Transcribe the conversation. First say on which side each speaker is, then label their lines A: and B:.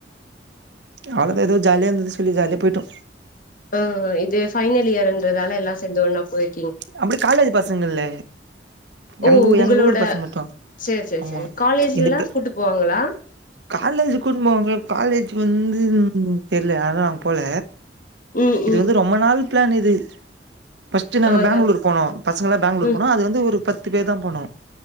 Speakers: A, on the right; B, on the left.
A: அவ்ளோதா எதோ ஜாலியா இருந்துது சொல்லி ஜாலியா போய்ட்டோ
B: ஆ இது ஃபைனல் இயர்ன்றதால எல்லா சேந்து ஒன்னா போய்
A: அப்டி காலேஜ் பசங்க இல்ல
B: ஓ
A: எங்க ஊ
B: உங்களோட
A: எங்க ஊரு பசங்க மட்டு
B: சேரி சேரி
A: ஆமா
B: சேரி காலேஜ்லலா
A: இந்த ப
B: கூட்டு போவாங்களா
A: காலேஜ் குடுன்போவாங்க காலேஜ் வந்து தெர்ல ஆனா நாங்க போல
B: ம்
A: இது
B: ம்
A: வந்து ரொம்ப நாள் பிளான் இது ஃபஸ்டு நாங்க
B: ஆ அதா
A: பெங்களூர் போனோ பசங்க எல்லா பெங்களூர்
B: ம்
A: போனோ அது வந்து ஒரு பத்து பேர் தா போனோ